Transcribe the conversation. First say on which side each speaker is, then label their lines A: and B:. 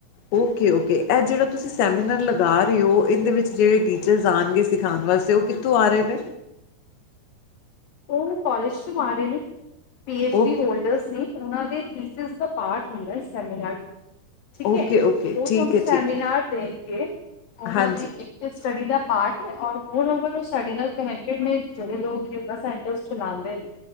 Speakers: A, on the left (about 90°); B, on the left (about 55°).
A: ਓਕੇ-ਓਕੇ। ਐਹ ਜੇੜਾ ਤੁਸੀਂ ਸੈਮੀਨਾਰ ਲਗਾ ਰੇ ਓ, ਏਂਦੇ ਵਿੱਚ ਜੇੜੇ ਟੀਚਰਸ ਆਨਗੇ ਸਿਖਾਨ ਵਾਸਤੇ, ਓ ਕਿੱਥੋਂ ਆ ਰੇ ਨੇ?
B: ਓ ਕੋਲੇਜ ਤੋਂ ਆ ਰੇ ਨੇ, P H
A: okay
B: D holders ਨੇ। ਉਹਨਾਂ ਦੇ ਥੀਂਚਸ ਦਾ ਪਾਟ ਹੁੰਦਾ ਐ, ਸੈਮੀਨਾਰ। ਠੀਕ
A: ਓਕੇ
B: ਏ,
A: ਓਕੇ
B: ਉਹ
A: ਠੀਕ
B: ਤੁਹਾਨੂੰ
A: ਹੈ
B: ਸੈਮੀਨਾਰ
A: ਠੀਕ ਹੈ
B: ਦੇਖ ਕੇ, ਉਹਨਾਂ
A: ਹਾਂਜੀ
B: ਦੀ ਇਕ ਤੇ ਸਟੱਡੀ ਦਾ ਪਾਟ ਏ, ਔਰ ਉਹ ਲੋਕਾਂ ਨੂੰ ਸਾਡੇ ਨਾਲ ਕਨੈਕਟਡ ਨੇ ਜਿਹੜੇ ਲੋਕ ਬਸ ਇੰਟਰਸਟ ਚਲਾਂਦੇ ਨੇ,